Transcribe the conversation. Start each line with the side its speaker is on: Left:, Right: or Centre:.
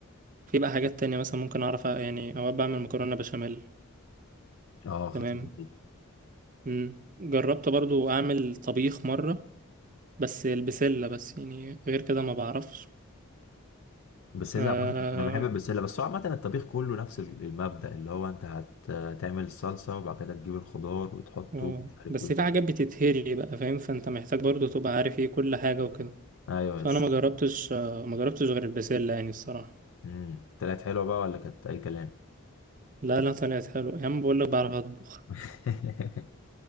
Right: في بقى حاجات تانية مثلا ممكن أعرف أ- يعني أوقات بعمل مكرونة بشاميل
Left: اه
Right: تمام
Left: خطير دي
Right: مم. جربت برضو أعمل طبيخ مرة بس البسلة بس يعني غير كده ما بعرفش
Left: بسله
Right: آه...
Left: عامة- انا بحب البسله بس هو عامه الطبيخ كله نفس ال- المبدأ اللي هو انت هتعمل الصلصه وبعد كده تجيب الخضار وتحطه
Right: آه.
Left: ومش عارف
Right: بس
Left: ايه
Right: في حاجات بتتهري بقى فاهم فأنت محتاج برضو تبقى عارف ايه كل حاجة وكده
Left: ايوه
Right: فأنا ما جربتش آه، ما جربتش غير البسلة يعني الصراحة
Left: امم طلعت حلوه بقى ولا كانت اي كلام
Right: لا لا طلعت حلو يا عم بقول لك بعرف اطبخ
Left: <laughs>